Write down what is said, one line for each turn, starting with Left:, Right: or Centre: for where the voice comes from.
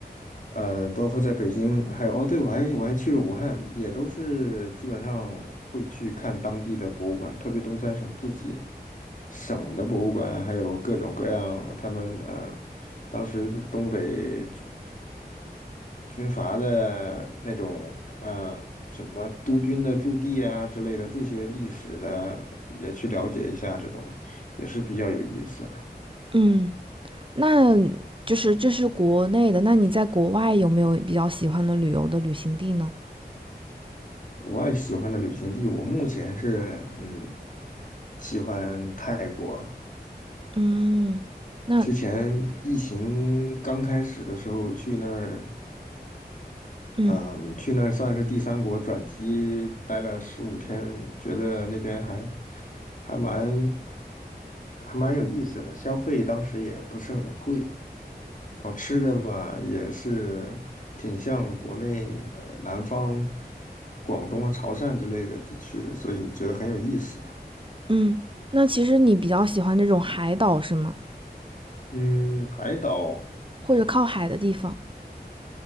Left: 呃，包括在北京，还有哦，对，我还我还去了武汉，也都是基本上会去看当地的博物馆，特别东三省自己省的博物馆，还有各种各样他们呃，当时东北军军阀的那种呃什么督军的驻地啊之类的这些历史的，也去了解一下，这种也是比较有意思。
Right: 嗯，那就是这是国内的，那你在国外有没有比较喜欢的旅游的旅行地呢？
Left: 国外喜欢的旅行地，我目前是嗯喜欢泰国。
Right: 嗯，那
Left: 之前疫情刚开始的时候去那儿，
Right: 嗯。
Left: 嗯，去那儿算是第三国转机，待了十五天，觉得那边还还蛮还蛮有意思的，消费当时也不是很贵，然后吃的吧也是挺像国内呃南方广东啊潮汕之类的地区的，所以觉得很有意思。
Right: 嗯，那其实你比较喜欢这种海岛是吗？
Left: 嗯，海岛，
Right: 或者靠海的地方？